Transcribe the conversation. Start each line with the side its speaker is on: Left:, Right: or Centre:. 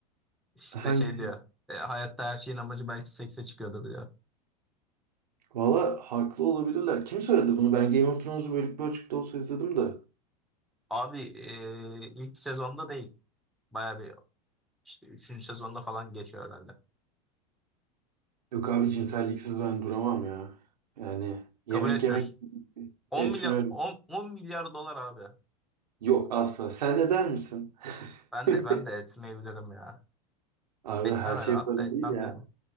Centre: İşte
Right: hangi...
Centre: şey diyor. e, hayatta her şeyin amacı belki sekse çıkıyordur diyor.
Right: Valla haklı olabilirler. Kim söyledi bunu? Ben Game of Thrones'u bölük bölçükte olsa izledim de.
Centre: Abi e, ilk sezonda değil. Baya bir işte üçüncü sezonda falan geçiyor herhalde.
Right: Yok abi cinselliksiz ben duramam ya. Yani yemek
Centre: Kabul etmiyorsun.
Right: yemek
Centre: 10
Right: etmiyorum.
Centre: milyar 10, 10 milyar dolar abi.
Right: Yok asla. Sen de der misin?
Centre: Ben
Right: <laughs>
Centre: de ben de etmeyebilirim ya.
Right: Abi
Centre: Etmem
Right: her
Centre: herhalde.
Right: şey para
Centre: Hatta etmem
Right: değil ya.
Centre: yani.